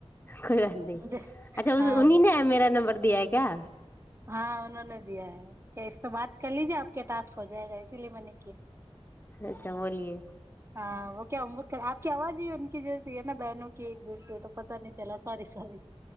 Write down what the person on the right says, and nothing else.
मुझे
हाँ
हँ उहोने दिया है क इसपे बात कर लीजे आके टास्क हो जायेगा इसलिए मेने
हँ व क्य आपके आवाज ह जस ह ने बहनू क एक जोस त पता नी चला सारी सारी